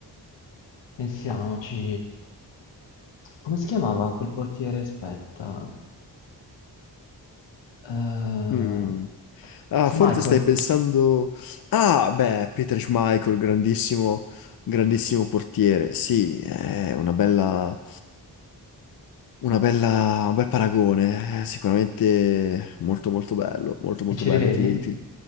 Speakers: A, on the left; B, on the left.
A: pensiamoci. Come si chiamava quel portiere? Aspetta. Eh,
B: Mm. Ah,
A: Smichael.
B: forse stai pensando... Ah, beh, Peter Schmeichel, grandissimo, grandissimo portiere. Sì, è una bella... Una bella... Un bel paragone. È sicuramente molto molto bello, molto molto
A: Ti ci
B: bello.
A: rivedi?
B: Ti, ti-